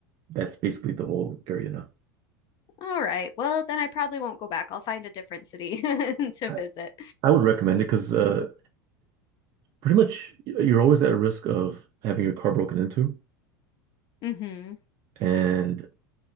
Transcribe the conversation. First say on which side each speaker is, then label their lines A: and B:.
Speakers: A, on the right; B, on the left.
A: that's basically the whole area now.
B: All right. Well, then I probably won't go back. I'll find a different city <laughs> to
A: I,
B: visit.
A: I would recommend it because uh, pretty much you're always at risk of having your car broken into,
B: hmm
A: and